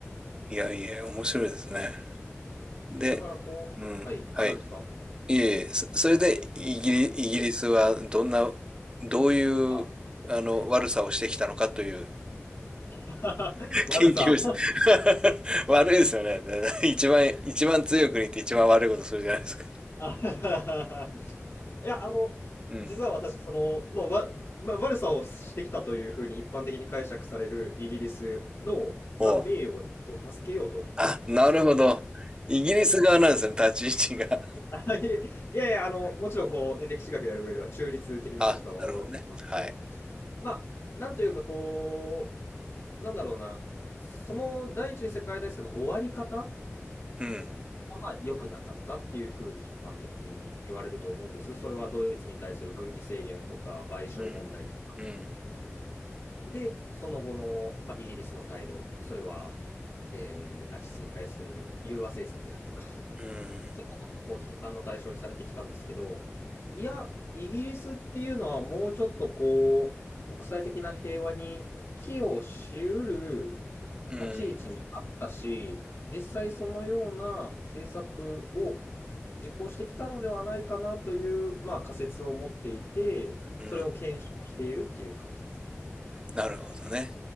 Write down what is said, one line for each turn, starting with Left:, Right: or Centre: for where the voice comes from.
Right: いやいや、面白いですね。で、
Left: だからこうはい。
Right: うん、はい。
Left: あ、何ですか？
Right: いえいえ、そそれでイギリ、イギリスはどんな、
Left: はい。
Right: どういう、
Left: あ、
Right: あの、
Left: はい。
Right: 悪さをしてきたのかという、
Left: <laughs>
Right: <laughs>
Left: 悪さ。
Right: 研究をして <laughs>。悪いですよね。<laughs> で一番、一番強い国って一番悪いことするじゃないですか。
Left: あ <laughs> いや、あの、
Right: うん。
Left: 実は私その、まあ、わま、あ悪さをしてきたというふうに一般的に解釈されるイギリスの、まあ、
Right: おう。
Left: 名誉をちょっと助けようと、
Right: あ、なるほど。
Left: まあ、そういうような、
Right: イギリス側なんですね、立ち位置が。
Left: <laughs> いいやいや、あの、もちろんこうね、歴史学やる上では中立的な立場を守ろうとしますけど
Right: <laughs> あ、なるほどね。はい。
Left: まあ、なんというかこう、なんだろうな、その第一次世界大戦の終わり方が
Right: うん。
Left: まあ良くなかったっていうふうに一般的に言われると思うんです。それはドイツに対する軍備制限とか賠償問題とか。
Right: うん。うん。
Left: で、その後の、まあ、イギリスの態度、それは、えーナチスに対する融和政策であるとか。
Right: うん。
Left: そういったものがこう批判の対象にされてきたんですけど、いや、イギリスっていうのはもうちょっとこう、国際的な平和に寄与しうる
Right: うん。
Left: 立ち位置にあったし、実際そのような政策を実行してきたのではないかなという、まあ仮説を持っていて、
Right: うん。
Left: それを検証しているっていう感じですね。
Right: なるほどね。